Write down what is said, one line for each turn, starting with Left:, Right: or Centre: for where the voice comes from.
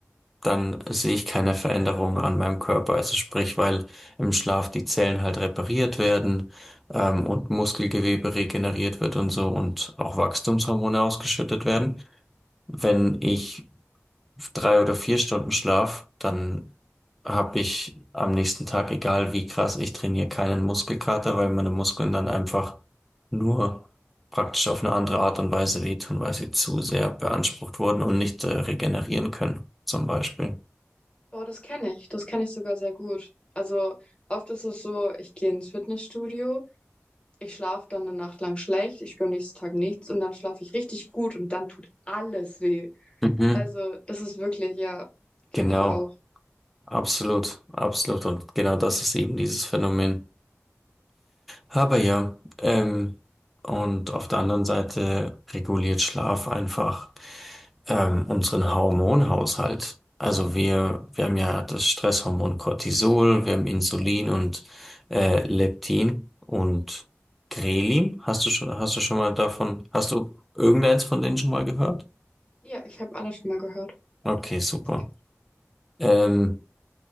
Centre: dann sehe ich keine Veränderung an meinem Körper. Also sprich, weil im Schlaf die Zellen halt repariert werden ähm, und Muskelgewebe regeneriert wird und so und auch Wachstumshormone ausgeschüttet werden. Wenn ich drei oder vier Stunden Schlaf, dann habe ich am nächsten Tag, egal wie krass ich trainiere, keinen Muskelkater, weil meine Muskeln dann einfach nur praktisch auf eine andere Art und Weise wehtun, weil sie zu sehr beansprucht wurden und nicht äh, regenerieren können, zum Beispiel.
Left: Boah, das kenne ich. Das kenne ich sogar sehr gut. Also oft ist es so, ich gehe ins Fitnessstudio, ich schlafe dann eine Nacht lang schlecht, ich spüre am nächsten Tag nichts und dann schlafe ich richtig gut und dann tut alles weh.
Centre: Mhm.
Left: Also das ist wirklich, ja, kenne
Centre: Genau,
Left: ich auch.
Centre: absolut, absolut. Und genau das ist eben dieses Phänomen. Aber ja, ähm, und auf der anderen Seite reguliert Schlaf einfach. ähm, unseren Hormonhaushalt. Also wir, wir haben ja das Stresshormon Cortisol, wir haben Insulin und äh, Leptin und Ghrelin. Hast du schon, hast du schon mal davon, hast du irgendeins von denen schon mal gehört?
Left: Ja, ich habe alles schon mal gehört.
Centre: Okay, super.
Left: Tatsächlich.
Centre: Ähm,